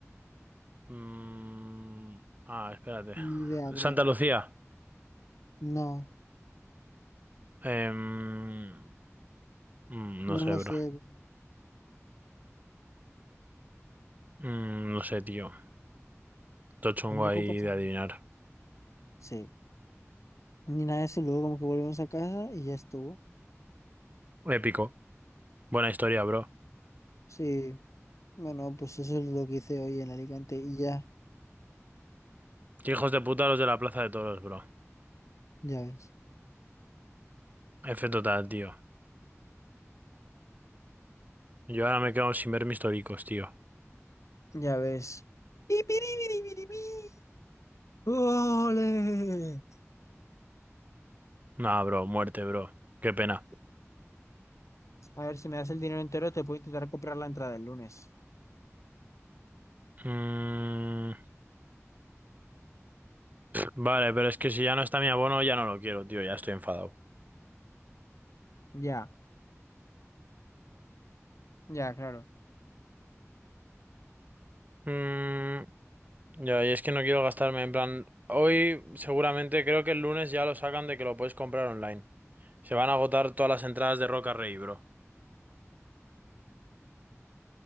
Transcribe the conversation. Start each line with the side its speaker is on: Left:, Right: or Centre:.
Right: Mm, ah, espérate.
Left: Ni idea, bro.
Right: Santa Lucía.
Left: No,
Right: Em, mm,
Left: no
Right: no sé,
Left: lo
Right: bro.
Left: sé, bro.
Right: Mm, no sé, tío. Todo chungo
Left: Tampoco
Right: ahí
Left: pasa
Right: de
Left: nada.
Right: adivinar.
Left: Sí, ni nada de eso, luego como que volvimos a casa y ya estuvo.
Right: Épico. Buena historia, bro.
Left: Sí. No, no, pues eso es lo que hice hoy en Alicante y ya,
Right: Qué Hijos de puta los de la Plaza de Toros, bro.
Left: ya ves.
Right: F total, tío. Yo ahora me quedo sin ver mis toricos, tío.
Left: Ya ves. ¡Ipiribiribiribí! ¡Ole!
Right: Nah, bro. Muerte, bro. Qué pena.
Left: A ver, si me das el dinero entero, te puedo intentar comprar la entrada el lunes.
Right: Mm, Vale, pero es que si ya no está mi abono, ya no lo quiero, tío, ya estoy enfadado.
Left: Ya, ya, claro.
Right: Mm, ya, y es que no quiero gastarme, en plan, hoy seguramente creo que el lunes ya lo sacan de que lo puedes comprar online. Se van a agotar todas las entradas de Roca Rey, bro.